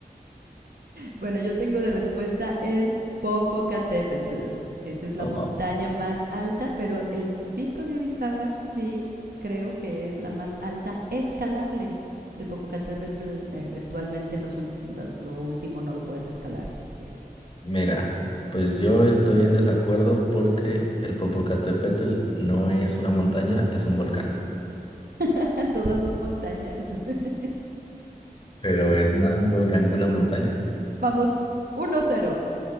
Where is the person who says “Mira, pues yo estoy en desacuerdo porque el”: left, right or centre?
Left